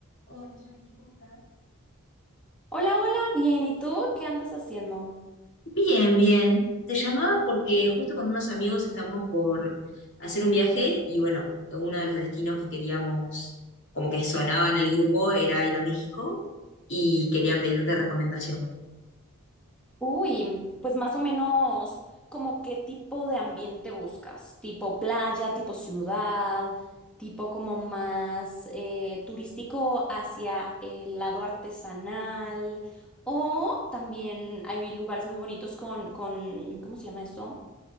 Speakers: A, on the left; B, in the centre.
A: Hola, Jackie, ¿cómo estás?
B: Hola, hola, bien. ¿Y tú qué andas haciendo?
A: Bien, bien. Te llamaba porque justo con unos amigos estamos por hacer un viaje y bueno, uno de los destinos que queríamos, como que sonaba en el grupo, era ir a México y quería pedirte recomendación.
B: Uy, pues más o menos como qué tipo de ambiente buscas, tipo playa, tipo ciudad, tipo como más eh, turístico hacia el lado artesanal o también hay lugares muy bonitos con, con, ¿cómo se llama esto?